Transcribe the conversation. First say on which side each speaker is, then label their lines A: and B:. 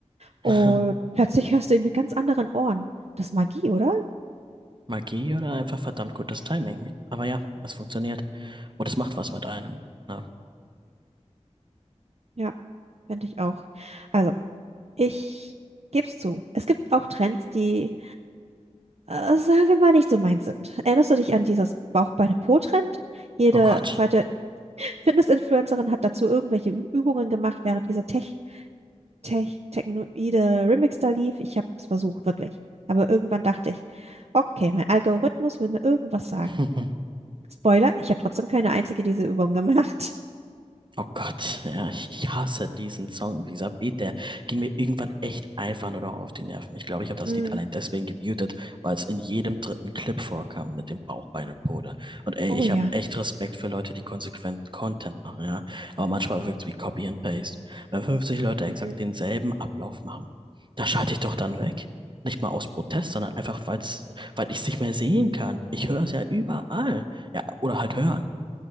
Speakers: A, on the right; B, on the right.
A: Und
B: <laughs>
A: <laughs> plötzlich hörst du ihn mit ganz anderen Ohren. Das ist Magie, oder?
B: Magie oder einfach verdammt gutes Timing. Aber ja, es funktioniert. Und es macht was mit einem. Ja.
A: Ja, finde ich auch. Also, ich gebe es zu. Es gibt auch Trends, die, äh, sagen wir mal, nicht so meins sind. Erinnerst du dich an dieses Bauch-Beine-Po-Trend? Jede
B: Oh Gott.
A: zweite Fitness-Influencerin hat dazu irgendwelche Ü- Übungen gemacht, während dieser Tech, Tech, technoide Remix da lief. Ich habe es versucht, wirklich. Aber irgendwann dachte ich, okay, mein Algorithmus will mir irgendwas sagen.
B: <laughs>
A: Spoiler, ich habe trotzdem keine einzige dieser Übungen gemacht. <laughs>
B: Oh Gott, ja, ich, ich hasse diesen Song, dieser Beat, der ging mir irgendwann echt einfach nur noch auf die Nerven. Ich glaube, ich habe das
A: Mm,
B: Lied allein deswegen gemutet, weil es in jedem dritten Clip vorkam mit dem Bauch, Beine, Pode. Und ey,
A: oh
B: ich
A: ja.
B: habe echt Respekt für Leute, die konsequent Content machen, ja. Aber manchmal wirkt's wie Copy and Paste. Wenn 50 Leute
A: Mhm.
B: exakt denselben Ablauf machen, da schalte ich doch dann weg. Nicht mal aus Protest, sondern einfach, weil's, weil ich es nicht mehr sehen kann. Ich höre es ja überall. Ja, oder halt hören.